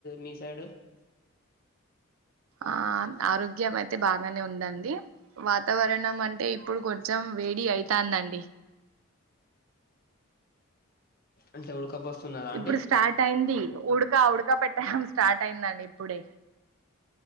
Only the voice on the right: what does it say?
ఆ ఆరోగ్యం అయితే బాగానే ఉందండి వాతావరణం అంటే ఇప్పుడు కొంచెం వేడి అయితాందండి
ఇప్పుడు
స్టార్ట్ అయింది ఉడుకా ఉడకా పెట్టం స్టార్ట్ వంట అయిందండి ఇప్పుడే